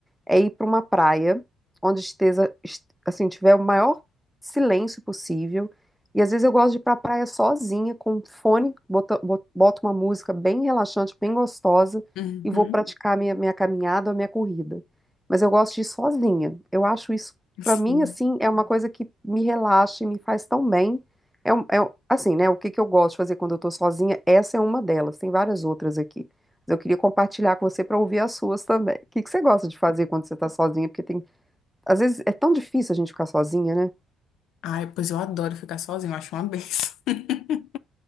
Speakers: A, in the centre; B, on the left (about 65°).
A: é ir para uma praia onde esteja, est- assim, tiver o maior silêncio possível. E às vezes eu gosto de ir para a praia sozinha, com um fone, bota- bo- boto uma música bem relaxante, bem gostosa,
B: Uhum.
A: e vou praticar minha, minha caminhada ou minha corrida. Mas eu gosto de ir sozinha. Eu acho isso,
B: Sim.
A: para mim, assim, é uma coisa que me relaxa e me faz tão bem. É, um- é um- assim, né? O que que eu gosto de fazer quando eu tô sozinha? Essa é uma delas, tem várias outras aqui. Eu queria compartilhar com você para ouvir as suas também. O que que você gosta de fazer quando você está sozinha? Porque tem, às vezes é tão difícil a gente ficar sozinha, né?
B: Ai, pois eu adoro ficar sozinho. eu acho uma benção. <laughs>